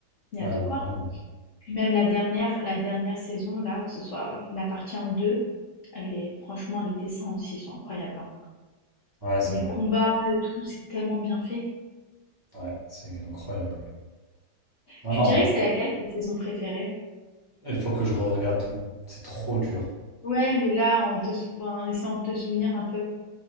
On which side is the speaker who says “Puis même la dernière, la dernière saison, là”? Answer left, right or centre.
Left